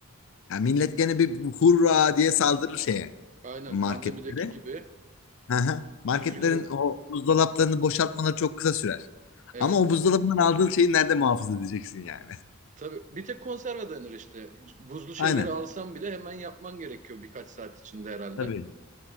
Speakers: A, on the left (about 65°); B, on the right (about 35°).
A: Ya millet gene bir hurra diye saldırır şeye
B: Aynen
A: marketlere.
B: pandemideki gibi
A: Hı hı.
B: birbirlerin
A: Marketlerin o buzdolaplarını boşaltmaları çok kısa sürer.
B: evet.
A: Ama o buzdolabından aldığın şeyi nerede muhafaza edeceksin yani?
B: Tabii bir tek konserve dayanır işte. Buzlu şeyleri
A: <laughs> Aynen.
B: alsam bile hemen yapman gerekiyor birkaç saat içinde herhalde.
A: Tabii.